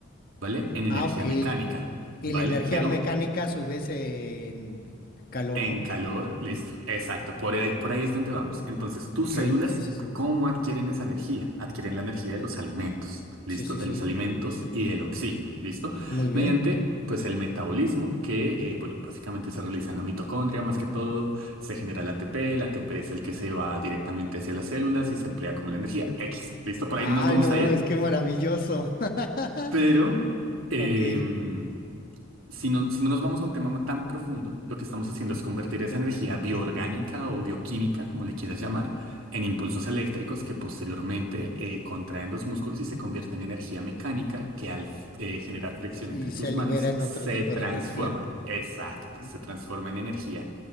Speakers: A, on the right; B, on the left.
A: ¿vale? En energía
B: Ah, ok.
A: mecánica,
B: Y
A: ¿vale?
B: la energía
A: Pero
B: mecánica a su vez en calor,
A: en
B: ¿no?
A: calor, listo. Exacto, por ahí, por ahí es donde vamos. Entonces, tus
B: Ok,
A: células,
B: sí, sí, sí.
A: ¿cómo adquieren esa energía? Adquieren la energía de los alimentos, ¿listo?
B: Sí, sí,
A: De
B: sí.
A: los alimentos y del oxígeno, ¿listo?
B: Muy bien.
A: Mediante, pues, el metabolismo que, eh, bueno, básicamente se realiza en la mitocondria, más que todo, se genera el ATP, el ATP es el que se va directamente hacia las células y se emplea como la energía X, ¿listo? Por
B: Ay,
A: ahí no nos vamos
B: no
A: a
B: mames,
A: ir,
B: qué maravilloso. <laughs>
A: pero... em,
B: Ok. Sí,
A: si no, si no nos vamos a un tema tan profundo, lo que estamos
B: sí,
A: haciendo
B: sí.
A: es convertir esa energía bioorgánica o bioquímica, como le quieras llamar, en impulsos eléctricos que posteriormente eh, contraen los músculos y se convierte en energía mecánica que
B: Ujú.
A: al eh, generar fricción
B: Y
A: entre
B: se
A: tus
B: libera
A: manos
B: en
A: se
B: otro tipo
A: transforma.
B: de energía.
A: Exacto,
B: Ujú.
A: se transforma en energía